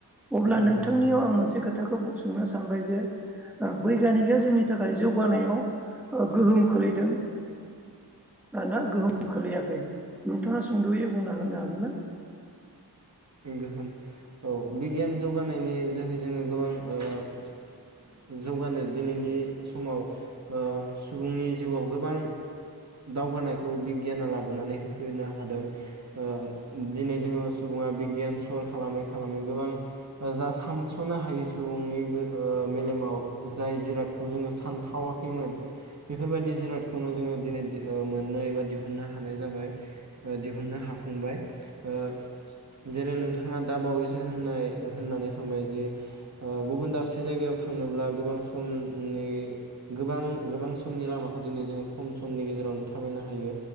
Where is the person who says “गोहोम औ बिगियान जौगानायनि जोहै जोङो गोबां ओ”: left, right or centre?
Right